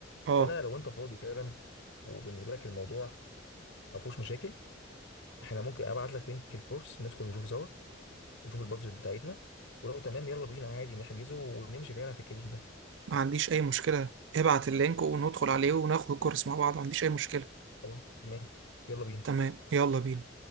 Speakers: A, on the right; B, on the left.
A: أه
B: فانا لو انت فاضي فعلا وبالنسبة لك الموضوع ما فيهوش مشاكل احنا ممكن ابعت لك لينك الكورس ندخل نشوف سوا ونشوف البادجت بتاعتنا ولو تمام يلا بينا عادي نحجزه ونمشي فعلا في الكارير ده
A: ما عنديش أي مشكلة ابعت اللينك وندخل عليه وناخد الكورس مع بعض ما عنديش أي مشكلة
B: خلاص تمام يلا بينا
A: تمام يلا بينا